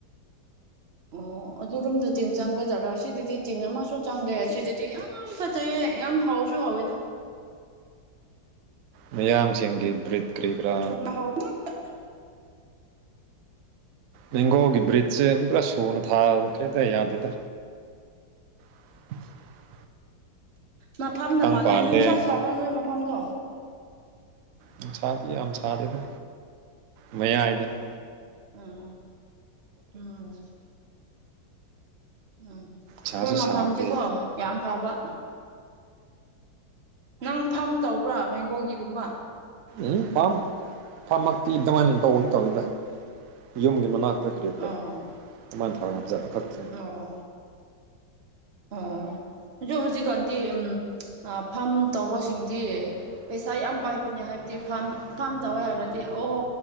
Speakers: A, on the right (about 40°); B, on the right (about 75°).
A: ꯑꯣ ꯑꯗꯨ ꯔꯣꯝꯗ ꯇꯤꯟ ꯆꯪꯒꯖꯥꯠꯔꯥ ꯁꯤꯗꯗꯤ ꯇꯤꯟ ꯑꯃꯁꯨ ꯆꯪꯗꯦ ꯁꯤꯗꯗꯤ ꯌꯥꯝ ꯌꯥꯝ ꯐꯖꯩꯌꯦꯦ ꯌꯥꯝ ꯍꯥꯎꯁꯨ ꯍꯥꯎꯋꯦꯗ
B: ꯃꯤꯌꯥꯝꯁꯤꯡꯒꯤ ꯕ꯭ꯔꯤꯠ ꯀ꯭ꯔꯤ ꯀꯔꯥ
A: ꯊꯨꯝꯕ ꯍꯥꯎꯕ ꯉꯥꯛꯇ
B: ꯃꯦꯡꯒꯣꯒꯤ ꯕ꯭ꯔꯤꯖꯁꯦ ꯄꯨꯔꯥ ꯁꯨꯅ ꯊꯥꯕꯗ ꯀꯩꯇ ꯌꯥꯗꯦꯗ <inaudible>
A: ꯃꯐꯝꯅ
B: ꯈꯤꯇꯪ
A: ꯃꯥꯜꯂꯦ
B: ꯄꯥꯜꯂꯦ
A: ꯅꯨꯡꯁꯥ
B: ꯑꯃꯨꯛ
A: ꯁꯥꯕ꯭ꯔꯥ ꯅꯣꯏ ꯃꯐꯝꯗꯣ
B: ꯅꯨꯡꯁꯗꯤ ꯌꯥꯝ ꯁꯥꯗꯦꯗ ꯃꯌꯥꯏꯗꯅ
A: ꯎꯝ ꯎꯝ ꯎꯝ ꯑꯩꯈꯣꯏ
B: ꯁꯥꯁꯨ
A: ꯃꯐꯝꯁꯤꯀꯣ
B: ꯁꯥꯗꯦ
A: ꯌꯥꯝ ꯐꯕ ꯅꯪ ꯐꯝ ꯇꯧꯕ꯭ꯔꯣ ꯃꯦꯡꯒꯣꯒꯤꯒꯨꯝꯕ
B: ꯎꯝ ꯐꯥꯝ ꯐꯥꯝꯃꯛꯇꯤ ꯑꯗꯨꯃꯥꯏꯅ ꯇꯧꯕ ꯅꯠꯇꯕꯅꯤꯗ ꯌꯨꯝꯒꯤ ꯃꯅꯥꯛ ꯀ ꯀꯔꯤ ꯀꯔꯥ
A: ꯑꯣ
B: ꯑꯗꯨꯃꯥꯏꯅ ꯊꯥꯔꯒ ꯖꯥꯠ ꯈꯛꯇꯅꯤ
A: ꯑꯣ ꯑꯣ ꯍꯧꯖꯤꯛ ꯍꯧꯖꯤꯛꯀꯥꯟꯗꯤ ꯎ ꯐꯥꯝ ꯇꯧꯕꯁꯤꯡꯗꯤ ꯄꯩꯁꯥ ꯌꯥꯝ ꯄꯥꯏꯕꯅꯦ ꯍꯥꯏꯕꯇꯤ ꯐꯥꯝ ꯐꯥꯝ ꯇꯧꯋꯦ ꯍꯥꯏꯔꯗꯤ ꯑꯣ